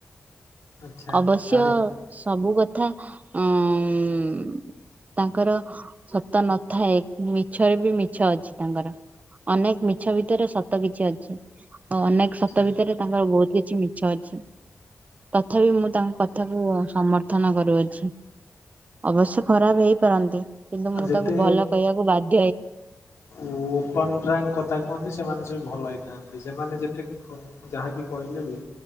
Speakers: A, on the left; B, on the right.
A: ଆଚ୍ଛା
B: ଅବଶ୍ୟ।
A: କାଳେ
B: ସବୁ କଥା ଉଁ ତାଙ୍କର ସତ ନଥାଏ ମି ମିଛରେ ବି ମିଛ ଅଛି ତାଙ୍କର ଅନେକ ମିଛ ଭିତରେ ସତ କିଛି ଅଛି। ଆଉ ଅନେକ
A: ଆଚ୍ଛା
B: ସତ ଭିତରେ ତାଙ୍କର ବହୁତ କିଛି ମିଛ ଅଛି। ତଥାପି ମୁଁ ତାଙ୍କ କଥାକୁ ସମର୍ଥ ଉଥନ କରୁଅଛି ଅବଶ୍ୟ ଖରାପ ହେଇପାରନ୍ତି। କିନ୍ତୁ ମୁଁ
A: ଯେତେ
B: ତାକୁ ଭଲ କହିବାକୁ ବାଧ୍
A: ଓ ଓପମ୍ ଟ୍ରାଙ୍କ କଥା କୁହନ୍ତି ସେମାନେ ସବୁ ଭଲ ହେଇଥାନ୍ତି ସେମାନେ ଯେତେ ଯାହାବି କହିଲେ ବି